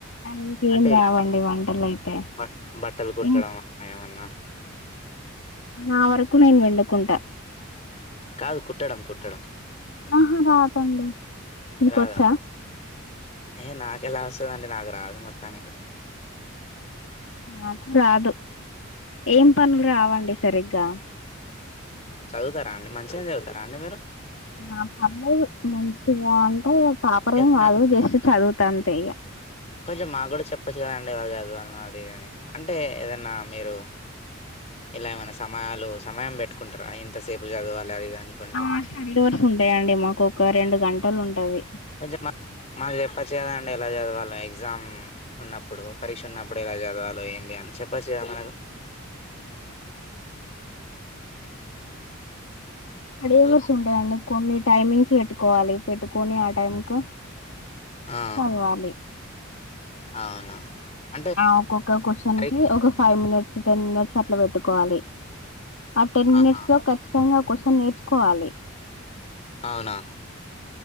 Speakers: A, on the left (about 70°); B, on the left (about 35°).
A: ఇంకేం
B: అంటే ఇలా
A: రావండి వంటలు అయితే
B: బ బట్టలు కుట్టడం
A: ఇంక్
B: అలా ఏమన్నా
A: నా వరకు నేను వండుకుంటా.
B: కాదు కుట్టడం కుట్టడం.
A: ఆహా రాదండి మీక
B: రాదా
A: వచ్చా
B: ఏ నాక ఎలా వస్తుందండి నాకు రాదు మొత్తానికి
A: నాకు రాదు ఏం పనులు రావండి సరిగ్గా
B: చదువుతారా అండి మంచిగాం చదువుతారా అండి మీరు
A: ఆ పర్లేదు మంచిది అంటే పాపర
B: ఏదన్నా
A: ఏం కాదు చేస్త చదువు త్తంతె ఇగా
B: కొంచెం మాకు కూడా చెప్పొచ్చు కదండి వాళ్ళు చదివాలను అది ఇదిని అంటే ఏదన్నా మీరు ఇలా ఏమైనా సమయాలు సమయం పెట్టుకుంటారా ఎంతసేపు చదవాలి అది అనుకుంటూ
A: ఆ స్టడీ అవర్స్ ఉంటాయండి మాకు ఒక రెండు గంటలు ఉంటవి
B: అయ్యా మా మాకు చెప్పొచ్చు కదా. కదండి ఎలా చదవాలో ఎగ్జామ్ ఉన్నప్పుడు పరీక్ష ఉన్నప్పుడు ఎలా చదవాలో ఏంటి అని చెప్పొచ్చు కదా మనకు.
A: అదీ ఏం
B: హలో
A: వర్షం ఉంటాయండి. కొన్ని టైమింగ్స్ పెట్టుకోవాలి పెట్టుకొని ఆ టైం క
B: ఆ
A: చదవాలి
B: అవునా అంటే
A: ఒక్కొక్క కోషన్కి
B: మరి
A: ఒక ఫైవ్ మినిట్స్ టెన్ మినిట్స్ క అట్ల పెట్టుకోవాలి ఆ టెన్ మినిట్స్
B: ఆహా!
A: లో ఖచ్చితంగా కోసం నేర్చుకోవాలి
B: అవునా